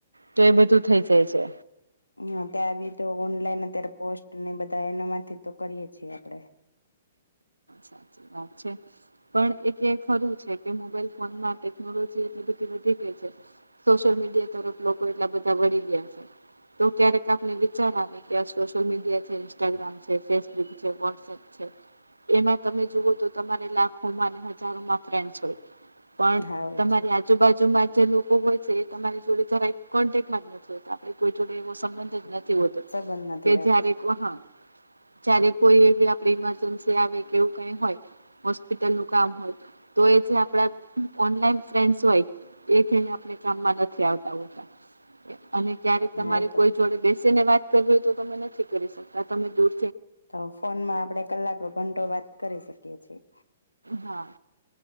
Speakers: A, on the right (about 85°); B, on the left (about 80°).
A: તો એ બધું થઇ જાય છે.
B: હા ત્યાં બી તો ઓનલાઈન અત્યારે પોસ્ટ ને બધા એના માંથી તો કરીએે છીએ આપડે.
A: સાચી વાત છે. પણ એક એ ખરું છે કે મોબાઈલ ફોનમાં ટેકનોલોજી એટલી બધી વધી ગઈ છે. સોશિયલ મીડિયા તરફ લોકો એટલા બધા વળી ગયા છે. તો ક્યારેક આપને વિચારવાની કે આ સોશિયલ મીડિયા છે ઇન્સ્ટાગ્રામ છે ફેસબુક છે વૉટ્સએપ છે. એમાં તમે જુઓ તો તમારે લાખોમાં અને હજારોમાં ફ્રેન્ડ્સ હોય. પણ
B: હા હોય
A: તમારી
B: છે
A: આજુબાજુમાં જે લોકો હોય છે એ તમારી જોડે જરા એ કોન્ટેકમાં ના છે કે આપડે કોઈ જોડે એવો સંબંધ જ નથી હોત તે
B: સંબંધ નથી
A: કે
B: રાખતી
A: જયારે કો હા જય્યારે કોઈ એવી આપડી મા <unintelligible> આવે કે એવું કઈ હોય. હોસ્પિટલ નું કામ હોય તો એ જે આપડા ઓનલાઈન ફ્રેન્ડ્સ હોય એ કઈ આપણે કામમાં નથી આવતા હોતા. અને ક્યારેક તમારે
B: હા એ તો
A: કોઈ જોડે બેસી ને વાત કરવી હોય તો તમે નથી કરી શકતા તમે દૂર
B: તો ફોનમાં આપણેે કલાકો ઘંટો વાત કરી શકીએ છીએ.
A: હા.